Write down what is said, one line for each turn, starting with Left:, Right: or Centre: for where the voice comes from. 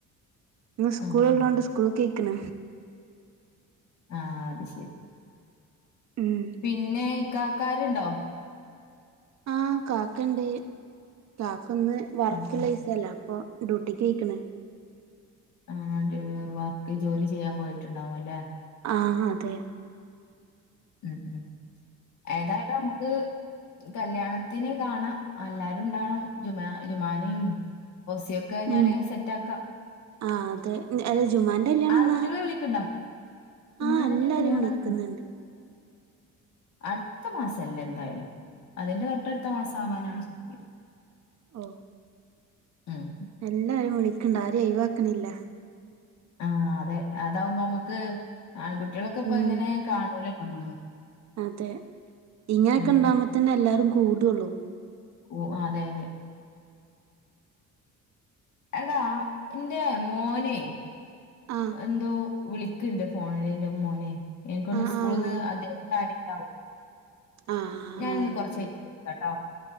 Right: ഇ സ്കൂള
Left: ആഹ്
Right: ഉള്ളതോണ്ട്
Left: ആഹ്
Right: സ്കൂൾ കേ പിക്കന
Left: ആഹ് അത് ശരി
Right: ഉം
Left: പിന്നെ ഇ കാക്കാരുണ്ടോ
Right: ആഹ് കാക്കണ്ട് കാക്ക ഒന്ന് വർക്ക്ള്ളൈസല്ല
Left: ആഹ് ആഹ്
Right: അപ്പൊ ഡ്യൂട്ടിക്ക്ക്കണ്
Left: ആ വർക്ക് ജോലി ചെയ്യാൻ പോയിട്ടുണ്ടാവും അല്ലെ
Right: ആ അതെ
Left: ഉം ഉം ഏതായാലും നമുക്ക് കല്യാണത്തിൻ കാണാം എല്ലാരും ഉണ്ടാണം ജുമാ ജുമാനിം ഫൗസി യൊക്കെ ഞാന്
Right: ഉം
Left: സെറ്റ ആക്കാം
Right: ആഹ് അതെ അല്ല ജുമാന്റെ കല്യാണം
Left: ആൺ
Right: എന്നാ
Left: കുട്ടികളെ വിളിക്ക് ണ്ടോ ജുമാനന്റെ
Right: ആഹ് എല്ലാരും
Left: കല്യാണം
Right: വിളിക്കുന്നുണ്ട്
Left: അടുത്ത മാസല്ല എന്താലും അതിന്റെ തൊട്ടടുത്ത മാസം ആവാനാണ് സധ്യത
Right: ഓഹ്
Left: ഉമ്
Right: എല്ലാരും വിളിക്കണ്ട് ആരിം ഒഴിവാക്ക്ണില്ല
Left: ആഹ് അതെ അതാവുമ്പോ നമ്മുക്ക് ആൺ കുട്ടികളൊക്കെ ഇപ്പൊ
Right: ഉം
Left: എങ്ങനെ കാണൂലലോ നമ്മള്
Right: അതെ ഇങ്ങനെയൊക്കെ
Left: ഉം
Right: ഇണ്ടാവുമ്പോ ത്തന്നെ എല്ലാരും കൂടുള്ളൂ
Left: കൂ അതെ അതെ എടാ ഇന്റെ മോനെ
Right: ആഹ്
Left: എന്തോ വിളിക്ക്ണ്ട് ഫോണില് ഇന്റെ മോനെ എനിക്കൊന്ന്
Right: ആഹ്
Left: സ്കൂൾന്ന്
Right: ആഹ്
Left: അദ്ദേഹത്തിന്റെ കാര്യണ്ടാവും
Right: ആഹ്
Left: ഞാൻ ഇന്ന് കൊറച്ചയിഞ്ഞിട്ട് വിളിക്കാട്ടോ